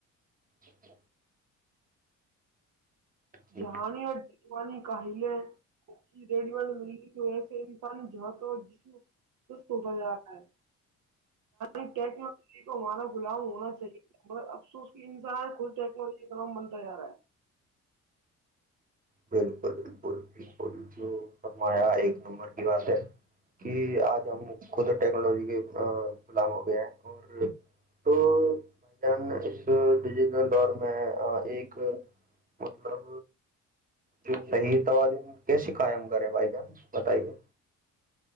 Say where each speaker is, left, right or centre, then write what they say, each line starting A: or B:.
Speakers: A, on the right; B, on the right.
A: ٹھ جی
B: جانی اوروانی کہل ریڈیو نے م تو ایسے انسان جاں تو جسم سست ہوتا جا رہا ہے ی ٹیکنوجی کو ہمارا ام ہونا چاہیے اب او کی انسان کل ٹیکنالوجی کا نام بنتا جا رہا ہے
A: بالکل بالکل بالکل جو فرمایا ایک نمبر کی بات ہے کہ آج ہم خود ٹیکنالوجی کے غلام ہو گیا ہے اور تو ب جان اس ڈیجیٹل دور میں ایک مطلب جو صحیح توازن کیسے قائم کریں بھائی جان بتائیے